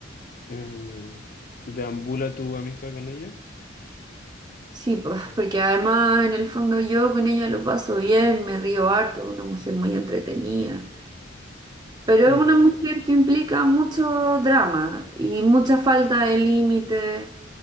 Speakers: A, on the left; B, on the right.
A: eh, deambula tu amistad con ella.
B: Sí, pues, porque además en el fondo yo con ella lo paso bien, me río harto, una mujer muy entretenida. Pero
A: Mm,
B: es una mujer que implica mucho drama y mucha falta de límite.